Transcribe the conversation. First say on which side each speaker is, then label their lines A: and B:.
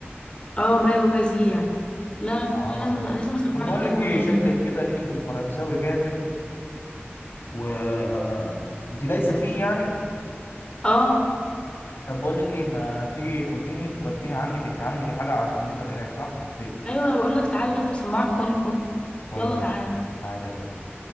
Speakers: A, on the left; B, on the left.
A: اه ما يوازيه يعني لا لا
B: اه
A: لا، لازم لازم اسمع
B: طب بقول
A: لك كام
B: لك
A: اغنيه
B: ايه شكلك
A: ليه
B: كده ليكي في الفرنساوي جامد و انت دايسه فيه يعني
A: اه
B: طب بقول لك ايه ما تيجي خديني وديني عندك انت عندك الحاجه على الكمبيوتر هناك صح في البيت
A: ايوه انا بقول لك تعالى لازم اسمعك خوليو كله
B: طب
A: يلا
B: ماشي
A: تعالى
B: تعالي يلا بينا